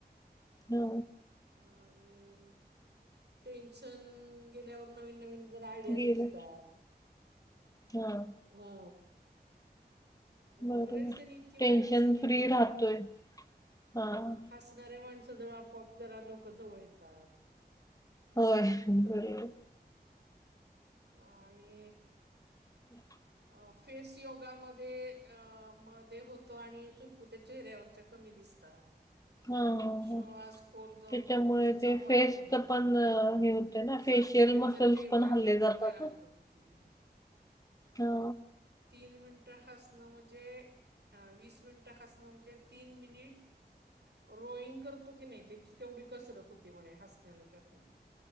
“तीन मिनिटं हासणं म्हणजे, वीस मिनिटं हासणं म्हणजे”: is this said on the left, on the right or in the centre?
Right